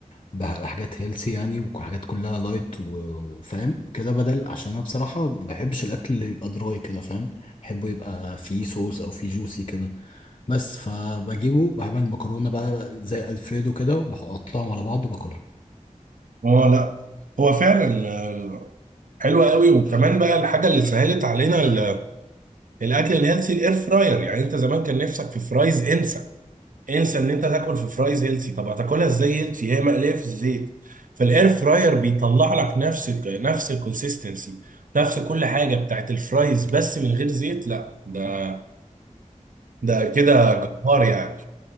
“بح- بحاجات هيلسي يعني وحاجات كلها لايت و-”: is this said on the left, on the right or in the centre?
Left